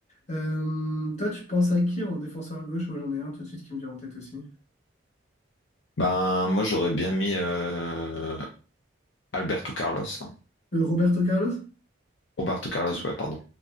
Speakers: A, on the left; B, on the left.
A: Euh, toi, tu penses à qui en défenseur gauche? Moi, j'en ai un tout de suite qui me vient en tête aussi.
B: Ben, moi, j'aurais bien mis euh, Alberto Carlos. hein.
A: Euh, Roberto Carlos?
B: Roberto Carlos,
A: <clears throat>
B: ouais, pardon.